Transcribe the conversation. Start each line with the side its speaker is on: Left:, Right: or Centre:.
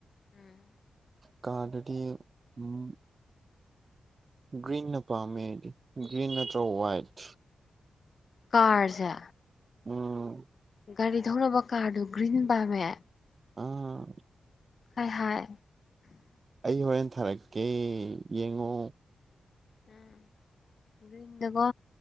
Left: ꯎꯝ
Right: ꯀꯥꯔꯗꯗꯤ ꯎꯝ ꯒ꯭ꯔꯤꯟꯟꯅ ꯄꯥꯝꯃꯦ ꯑꯩꯗꯤ ꯒ꯭ꯔꯤꯟ ꯅꯠꯇ꯭ꯔ ꯋꯥꯏꯠ
Left: ꯀꯥꯔꯖꯦ
Right: ꯎꯝ
Left: ꯒꯥꯔꯤ ꯊꯧꯅꯕ ꯀꯥꯔꯗꯨ ꯒ꯭ꯔꯤꯟ ꯄꯥꯝꯃꯦ
Right: ꯑꯥ
Left: ꯍꯥꯏ ꯍꯥꯏ
Right: ꯑꯩ ꯍꯣꯔꯦꯟ ꯊꯥꯔꯛꯀꯦ ꯌꯦꯡꯉꯣ
Left: ꯎꯝ ꯒ꯭ꯔꯤꯟꯗꯀꯣ